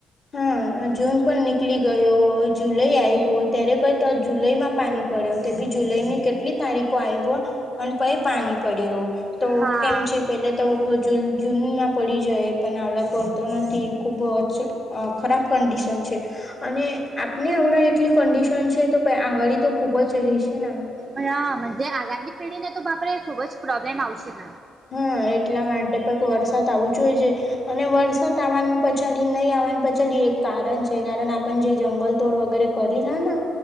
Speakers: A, on the left; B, on the right.
A: હા જૂન પણ નીકળી ગયો જુલાઈ આવ ગયો ત્યારે કઈ તો જુલાઈ માં પાણી પડ્યો તે ભી જુલાઈ ની કેટલી તારીખો આવી ગ અને પ પાણી પડી રહ્યું તો
B: હા
A: કેમ છે પેલે તો જૂનમાં પડી જાય પણ આવડા પડતો નથી ખુબ જ ખરાબ કન્ડિશન છે અને આપને હમણાં એટલી કંડિશન છે તો આંગળ તો ખૂબ જ ર છે નેમ
B: હાજ આગામની પિઢીને તો બાપરે ખૂબ જ પ્રોબ્લેમ આવશે
A: હા એટલા માટે પણ વરસાદ આવું જો હોઈ છે અને વરસાદ આવવા પછાડી નહીં આવવાની પછાડી એક કારણ છે કારણ આપણ જે જંગલ તોડ વગેરે કરી રહ ના